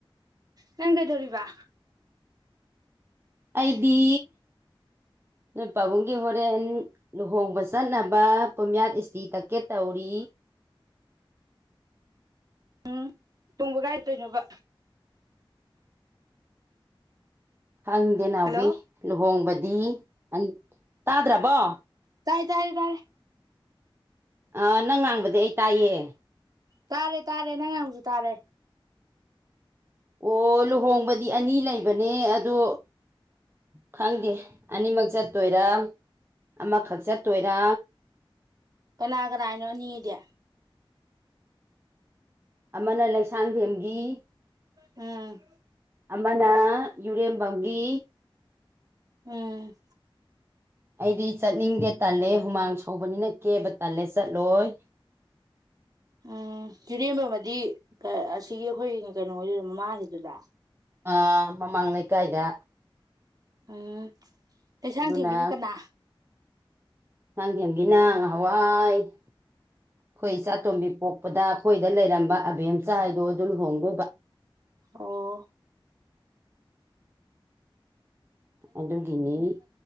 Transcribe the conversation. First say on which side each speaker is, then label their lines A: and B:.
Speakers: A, on the right (about 45°); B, on the right (about 25°).
A: ꯅꯪ ꯀꯩꯗꯧꯔꯤꯕꯔꯤꯕ
B: ꯑꯩꯗꯤ ꯅꯣꯏ ꯄꯥꯕꯨꯡꯒꯤ ꯍꯣꯔꯦꯟ ꯂꯨꯍꯣꯡꯕ ꯆꯠꯅꯕ ꯄꯣꯌꯥꯠ ꯏꯁꯇꯤ ꯇꯛꯀꯦꯠ ꯇꯧꯔꯤ
A: ꯎꯝ ꯇꯣꯡꯕ ꯀꯥꯏꯗꯣꯏꯅꯣꯕ
B: ꯈꯪꯗꯦ ꯅꯥꯎꯕꯤ
A: ꯍꯜꯂꯣ
B: ꯂꯨꯍꯣꯡꯕꯗꯤ ꯗꯤ ꯇꯥꯗ꯭ꯔꯕꯣ
A: ꯇꯥꯏ ꯇꯥꯏ ꯇꯥꯏꯔꯦ
B: ꯑ ꯅꯪ ꯉꯥꯡꯕꯗꯤ ꯑꯩ ꯇꯥꯏꯌꯦ
A: ꯇꯥꯔꯦ ꯇꯥꯔꯦ ꯅꯪ ꯉ ꯍꯧꯨꯛꯁꯨ ꯇꯥꯔꯦ
B: ꯑꯣ ꯂꯨꯍꯣꯡꯕꯗꯤ ꯑꯅꯤ ꯂꯩꯕꯅꯦ ꯑꯗꯣ ꯈꯪꯗꯦ ꯑꯅꯤꯃꯛ ꯆꯠꯇꯣꯏꯔꯥ ꯑꯃꯈꯛ ꯆꯠꯇꯣꯏꯔꯥ
A: ꯀꯅꯥ ꯀꯅꯥꯅꯣ ꯑꯅꯤꯗꯤ
B: ꯑꯃꯅ ꯂꯩꯁꯥꯡꯊꯦꯝꯒꯤ
A: ꯎꯝ
B: ꯑꯃꯅ ꯌꯨꯔꯦꯝꯕꯝꯒꯤ
A: ꯎꯝ
B: ꯑꯩꯗꯤ ꯆꯠꯅꯤꯡꯗꯦ ꯇꯜꯂꯦ ꯍꯨꯃꯥꯡ ꯁꯧꯕꯅꯤꯅ ꯀꯦꯕ ꯇꯜꯂꯦ ꯆꯠꯂꯣꯏ
A: ꯎꯝ ꯤꯔꯦꯝꯕ ꯑꯃꯗꯤꯗꯤ ꯑꯁꯤꯒꯤ ꯑꯩꯈꯣꯏ ꯀꯩꯅꯣꯗꯨꯗ ꯃꯃꯥꯡꯁꯤꯗꯨꯗ
B: ꯑꯥ ꯃꯃꯥꯡ ꯂꯩꯀꯥꯏꯗ
A: ꯑ ꯂꯩꯩꯁꯥꯡ
B: ꯑꯗꯨꯅ
A: ꯊꯦꯡꯃꯤꯅ ꯀꯅꯥ
B: ꯉꯥꯡꯊꯦꯝꯒꯤ ꯅꯥꯡ ꯍꯋꯥꯏ ꯑꯩꯈꯣꯏꯆꯥꯇꯣꯝꯕꯤ ꯄꯣꯛꯄꯗ ꯑꯩꯈꯣꯏꯗ ꯂꯩꯔꯝꯕ ꯑꯕꯦꯝ ꯆꯥꯏꯗꯣ ꯑꯗꯨ ꯂꯨꯍꯣꯡꯗꯣꯏꯕ
A: ꯑꯣ
B: ꯑꯗꯨꯒꯤꯅꯤ